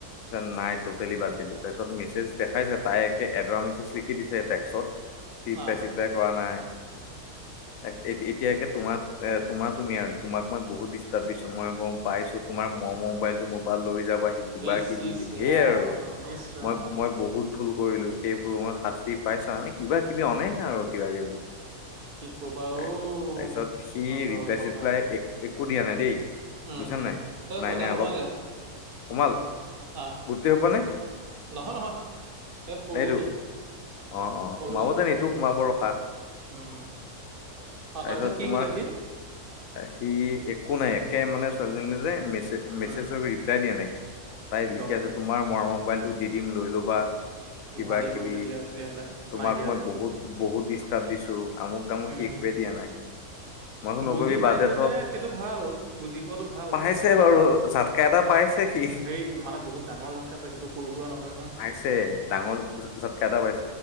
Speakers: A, on the left; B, on the right.
A: নাই নাই টটেলি বাদ দিলো তাৰপিছত মেছেজ দেখাইছে তাই একে এডৰা মেছেজ লিখি দিছে টেক্সট ৰিপলাই
B: ন।
A: চিপলাই কৰা নাই এক এতি এতি এতিয়া তোমাক এ তোমাৰ তুমি আৰু তোমাক মই বহুত ডিষ্টাৰ্ব দিছো মই গম পাইছো তোমাৰ মৰম মবাইলটো মোৰ পৰা লৈ জাবাহি কিবা
B: ইচ
A: কিবি
B: ইচ
A: ঢেৰ
B: ৰাম
A: আৰু
B: ইচ ৰাম
A: মই মই বহুত ভুল কৰিলো সেই ভুল মই শাস্তি পাইছা নে কিবা কিবি অনান্য আৰু কিবা কিবি
B: কি ক'বা
A: তাৰ-
B: অ
A: তাৰপিছত সি
B: সিহঁতৰ
A: ৰিপ্লাই
B: কথা
A: চিপ্লাই এক একো দিয়া নাই দেই
B: উম
A: বুজিছা
B: উম
A: নাই
B: তই
A: নাই
B: পইচা
A: নাই
B: সোমালে
A: অলপ সোমাল
B: অ',
A: গোটেই সোপা নে
B: নহয় নহয় এই সৰুটো
A: এইটো অ অ
B: সৰু
A: সোমাব
B: এমাউন্টটো
A: তেন ইটো সোমাব ৰখা
B: উম, উম অ',
A: তাৰপিছত
B: কি
A: তোমাৰ
B: ক'লে সি
A: সি একো নাই একে মানে ছোৱালীজনী যে মে মেছেজক
B: উম,
A: ৰিপ্লাই দিয়া নাই তাই লিখি
B: গম
A: আছে
B: পাইছো
A: তোমাৰ
B: গম পাইছো।
A: মৰমৰ মোবাইলটো দিম লৈ ল'বা কিবা
B: ভালেই
A: কিবি
B: কৰিছে দিয়া তেতিয়াহ'লে
A: তোমাক
B: নাই দিয়া
A: মই
B: যদি
A: বহুত বহুত ডিষ্টাৰ্ব দিছো আমু তামুক
B: উম
A: সি একোৱে দিয়া নাই মই কৈছো নকৰিবি
B: বুজি পাইছে
A: বাদ দে থ
B: যে সেইটো ভাল বুজি পোৱাটো ভাল
A: পাইছে বাৰু জাতকা এটা পাইছে সি
B: সেই মানে বহুত ডাঙৰ জাতকা পাইছে টো সৰু সুৰা নহয় নহয়
A: পাইছে ডাঙৰ জাতকা এটা পাইছে।